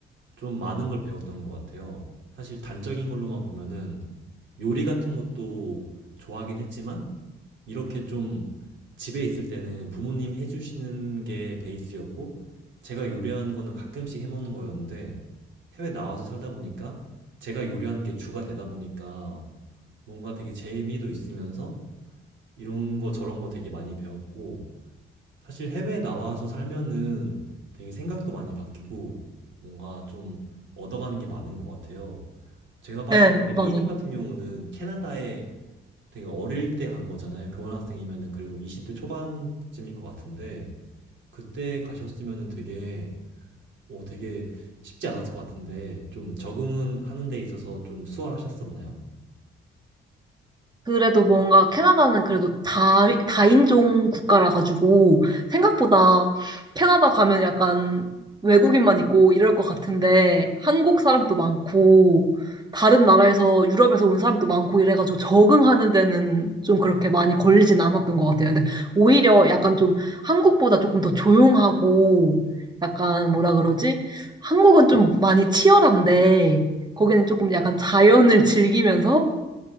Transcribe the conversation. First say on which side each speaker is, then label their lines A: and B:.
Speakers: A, on the right (about 70°); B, on the right (about 20°).
A: 좀 많은 걸 배웠던 것 같아요. 사실 단적인 걸로만 보면은 요리 같은 것도 좋아하긴 했지만, 이렇게 좀 집에 있을 때는 부모님 해주시는 게 베이스였고, 제가 요리하는 거는 가끔씩 해먹는 거였는데, 해외 나와서 살다 보니까 제가 요리하는 게 주가 되다 보니까 뭔가 되게 재미도 있으면서 이런 거 저런 거 되게 많이 배웠고, 사실 해외 나와서 살면은 되게 생각도 많이 바뀌고, 뭔가 좀 얻어가는 게 많은 것 같아요. 제가 봤을
B: 네,
A: 때 이제
B: 맞아요.
A: 삐닝 같은 경우는 캐나다에 되게 어릴 때 간 거잖아요. 교환학생이면은 그래도 20대 초반쯤일 것 같은데 그때 가셨으면은 되게 어 되게 쉽지 않았을 것 같은데 좀 적응은 하는 데 있어서 좀 수월하셨었나요?
B: 그래도 뭔가 캐나다는 그래도 다, 다인종 국가라 가지고 생각보다 캐나다 가면 약간 외국인만 있고 이럴 것 같은데 한국 사람도 많고 다른 나라에서 유럽에서 온 사람도 많고 이래가지고 적응하는 데는 좀 그렇게 많이 걸리진 않았던 것 같아요. 근데 오히려 약간 좀 한국보다 조금 더 조용하고 약간 뭐라 그러지? 한국은 좀 많이 치열한데 거기는 조금 약간 자연을 즐기면서